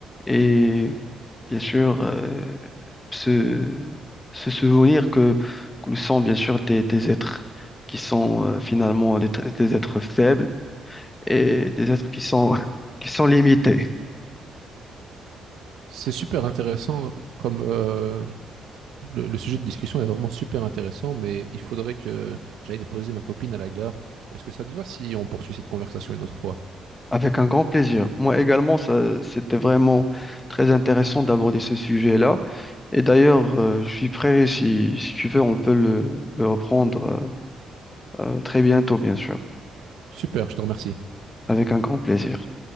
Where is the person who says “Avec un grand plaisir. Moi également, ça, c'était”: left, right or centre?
Left